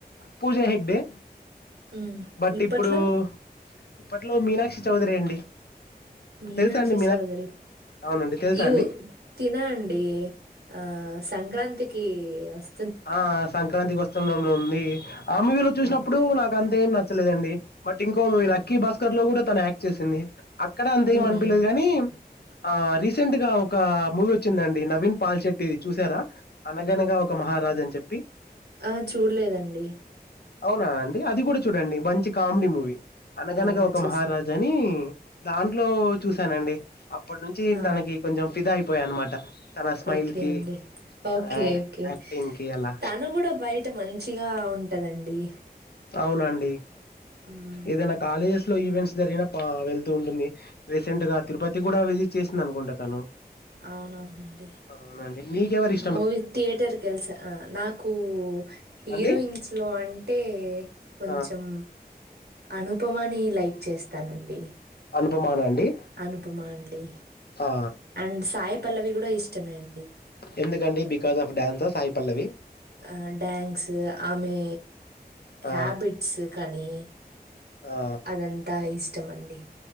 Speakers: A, on the left; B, on the right.
A: పూజ హెగ్డే
B: హ్మ్.
A: బట్
B: ఇప్పట్లో?
A: ఇప్పుడు ఇప్పట్లో మీనాక్షి చౌదరి అండి
B: మీనాక్షి
A: తెలుసా అండి
B: చౌదరి
A: అవునండి తెలుసా
B: యు
A: అండి
B: తినా అండి ఆ సంక్రాంతికి వస్
A: ఆ సంక్రాంతి వస్తున్నాంలో ఉంది ఆ మూవీలో చూసినప్పుడు
B: ఆ!
A: నాకు అంత్ ఏం నచ్చలేదండి బట్ ఇంకో మూవీ లక్కీ భాస్కర్ లో గూడా తన్ ఆక్ చ్చేసింది అక్కడ అంతేం
B: హ్మ్.
A: అనిపలేదు
B: హ్మ్.
A: గాని ఆ రీసెంట్ గా ఒక మూవీ ఒచ్చిందండి నవీన్ పాల్శెట్టిది చూసారా అనగనగా ఓ ఒక మహారాజ అని చెప్పి
B: ఆ చూడలేదండి
A: అవునా అండి అది గూడా చూడండి మంచి కామెడీ మూవీ అనగనగా
B: అవునా?
A: ఒక
B: చూస్
A: మహారాజ అని దాంట్లో చూశానండి అప్పటి నుంచి
B: ఆ!
A: తనకి కొంచెం ఫిదా అయిపోయా అనమాట తన స్మైల్
B: ఓకే
A: కి
B: అండి. ఓకే
A: తన
B: ఓకే
A: యాక్టింగ్ కి అలా
B: తను గూడా బయట మంచిగా ఉంటదండి
A: అవునండి
B: మ్మ్
A: ఏదైనా కాలేజెస్ లో ఈవెంట్స్ జరిగిన పా వెళ్తూ ఉంటుంది రీసెంట్ గా తిరుపతి గూడా విజిట్ చేసింది అనుకుంటా తను
B: అవునవునండి
A: అవునండి మీకెవరు ఇ
B: మూవీ థియేటర్కి ఎల్స నాకు హీరోయిన్స్లో
A: అండి
B: అంటే కొంచం
A: ఆ
B: అనుపమాని లైక్ చేస్తానండి
A: అనుపమానా అండి
B: అనుపమా అండి
A: ఆ
B: అండ్ సాయి పల్లవి గూడా ఇష్టమే అండి
A: ఎందుకండి బికాజ్ ఆఫ్ డాన్సా సాయి పల్లవి
B: ఆ డాన్స్ ఆమె
A: ఆ
B: హ్యాబిట్స్ కానీ
A: ఆ
B: అదంతా ఇష్టం అండి